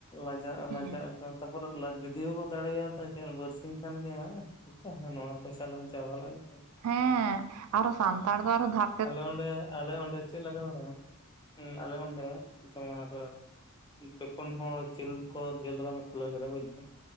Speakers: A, on the left; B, on the right.
A: ᱞᱟᱡᱟᱜᱼᱟ
B: ᱦᱩᱸ
A: ᱞᱟᱡᱟᱜ ᱟᱠᱚ ᱛᱟᱯᱚᱨᱮ ᱞᱟᱡ ᱡᱩᱫᱤ ᱚ-ᱠᱚ ᱫᱟᱲᱮᱭᱟ ᱛᱟ ᱠᱤ ᱟᱨ ᱵᱟᱨᱥᱤᱧ ᱠᱷᱟᱱ ᱜᱮ ᱟᱯᱮ ᱱᱚᱣᱟ ᱯᱚᱭᱥᱟ ᱞᱟᱝ ᱪᱟᱵᱟ ᱞᱮᱜᱮ᱾
B: ᱦᱮᱸ ᱟᱨᱚ ᱥᱟᱱᱛᱟᱲ ᱫᱚ ᱟᱨᱚ ᱫᱷᱟᱼᱼᱼ
A: ᱟᱞᱮ ᱚᱰᱮᱸ ᱟᱞᱮ ᱚᱰᱮᱸ ᱪᱮᱫᱞᱠᱟ ᱵᱟᱲᱟᱭᱟᱢ ᱩᱸ ᱟᱞᱮ ᱚᱰᱮᱸ ᱛᱚᱢᱟᱨ ᱯᱮᱯᱩᱱ ᱦᱚᱲ ᱡᱤᱞ ᱠᱚ ᱡᱮᱞ ᱫᱚᱠᱟᱱ ᱠᱚ ᱠᱷᱩᱞᱟᱹᱣ ᱠᱟᱫᱟ ᱵᱩᱡᱽᱫᱟᱢ᱾